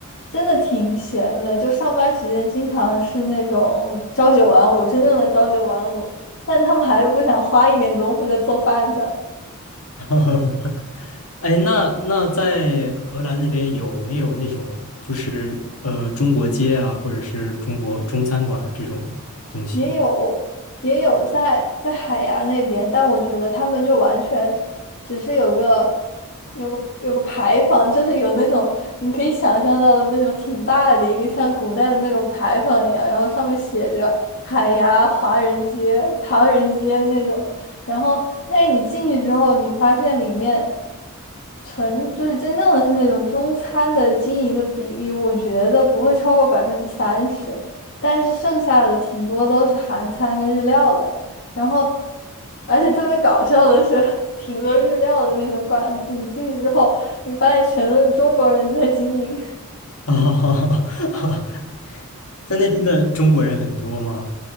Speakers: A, on the left; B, on the left.
A: 真的挺闲的，就上班时间经常是那种朝九晚五，真正的朝九晚五，但他们还是不想花一点功夫在做饭上。
B: <laughs> 哎，那那在荷兰那边有没有那种就是呃中国街啊，或者是中国中餐馆这种东西？
A: 也有也有在在海牙那边，但我觉得他们就完全只是有个有个有个牌坊，就是有那种你可以想象到的那种挺大的一个像古代的那种牌坊一样，然后上面写着海牙华人街、唐人街那种，然后但是你进去之后，你发现里面。纯就是真正的是那种中餐的经营的比例，我觉得不会超过百分之三十。但是剩下的挺多都是韩餐跟日料的，然后，而且特别搞笑的是，<laughs> 挺多日料的那种馆子，你进去之后，你发现全都是中国人在经营，
B: <laughs> 啊，在那边的中国人很多吗？